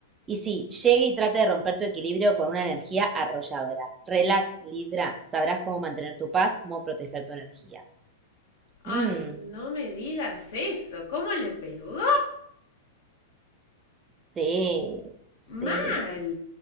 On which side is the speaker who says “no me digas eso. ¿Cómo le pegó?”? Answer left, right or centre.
Left